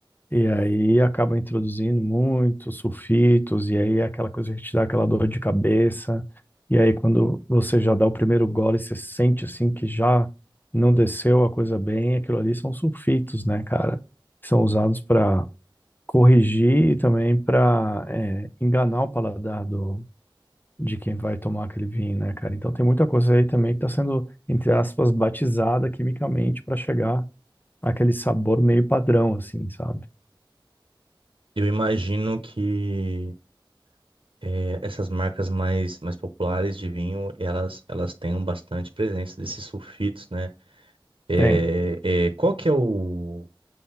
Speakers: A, on the left; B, on the right.
A: E aí acaba introduzindo muitos sulfitos, e aí é aquela coisa que te dá aquela dor de cabeça. E aí quando você já dá o primeiro gole, você sente assim que já não desceu a coisa bem, aquilo ali são sulfitos, né, cara? Que São usados para corrigir e também para enganar o paladar do, de quem vai tomar aquele vinho, né, cara? Então tem muita coisa aí também que está sendo, entre aspas, batizada quimicamente para chegar àquele sabor meio padrão, assim, sabe?
B: Eu imagino que É, essas marcas mais, mais populares de vinho, elas, elas têm um bastante presença desses sulfitos, né? É,
A: Tem.
B: é, qual que é o,